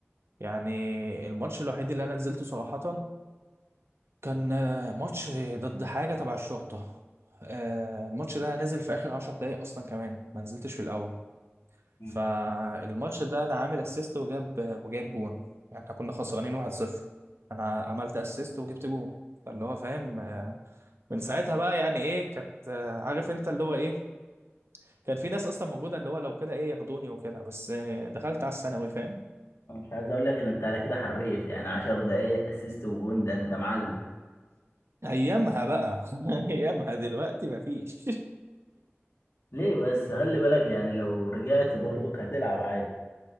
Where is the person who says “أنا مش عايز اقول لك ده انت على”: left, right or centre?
Left